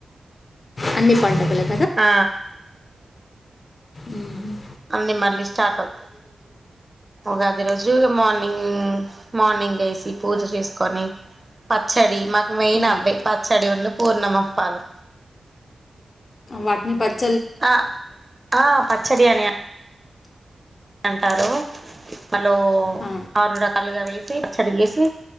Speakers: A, on the left; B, on the right.
A: అన్ని పండుగలకు
B: ఆ
A: మ్మ్ హ్మ్
B: అన్ని మళ్ళీ స్టార్ట్ అవుతాయి ఉగాది రోజు మార్నింగ్ మార్నింగ్ వేసి పూజ చేసుకొని పచ్చడి మాక్ మెయిన్
A: ఉమ్.
B: అవే పచ్చడి ఉన్నప్ పూర్ణమప్పాలు
A: వాటిని పచ్
B: ఆ ఆ పచ్చడియనీ అన్ అంటారు మలో
A: ఆ.
B: ఆరుడ కలుగా వెళ్ళ తీ పచ్చడి చేసి